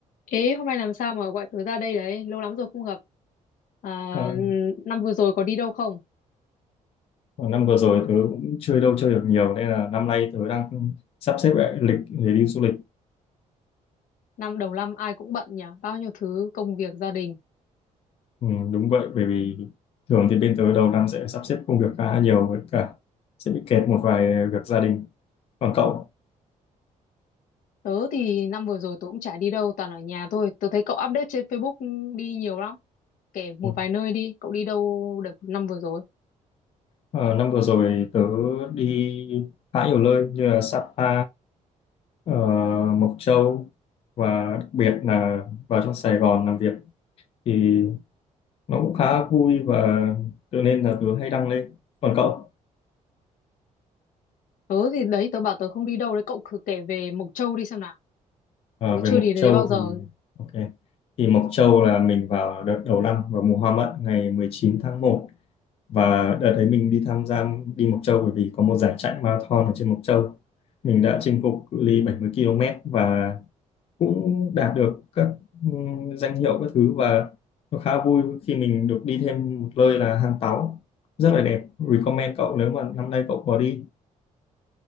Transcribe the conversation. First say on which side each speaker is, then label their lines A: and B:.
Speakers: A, on the left; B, on the left.
A: Ê, hôm nay làm sao mà gọi tớ ra đây đấy? Lâu lắm rồi không gặp. À,
B: Ờ,
A: năm vừa rồi có đi đâu không?
B: năm vừa rồi tớ cũng chơi đâu chơi được nhiều nên là năm nay tớ đang sắp xếp lại lịch để đi du lịch
A: Năm đầu năm ai cũng bận nhỉ? Bao nhiêu thứ công việc gia đình.
B: ừ, đúng vậy bởi vì thường thì bên tớ đầu năm sẽ sắp xếp công việc khá nhiều với cả sẽ bị kẹt một vài việc gia đình còn cậu
A: Tớ thì năm vừa rồi tớ cũng chả đi đâu, toàn ở nhà thôi. Tớ thấy cậu update trên Facebook đi nhiều lắm. Kể một
B: Ừ.
A: vài nơi đi, cậu đi đâu được năm vừa rồi?
B: ờ, năm vừa rồi tớ đi khá nhiều nơi như là Sapa ờ, Mộc Châu và đặc biệt là vào trong Sài Gòn làm việc thì nó cũng khá vui và tự nên là tớ hay đăng lên còn cậu
A: Tớ thì đấy, tớ bảo tớ không đi đâu đấy, cậu thử kể về Mộc Châu đi xem nào.
B: Ờ,
A: Tớ
B: về
A: chưa
B: Mộc
A: đi
B: Châu
A: đến đấy bao giờ.
B: thì ok thì Mộc Châu là mình vào đợt đầu năm vào mùa hoa mận ngày mười chín tháng một và đợt đấy mình đi tham gia đi Mộc Châu bởi vì có một giải chạy marathon ở trên Mộc Châu mình đã chinh phục cự ly 70 km và cũng đạt được các ừm, danh hiệu các thứ và nó khá vui khi mình được đi thêm một nơi là Hang Táu rất là đẹp recommend cậu nếu mà năm nay cậu có đi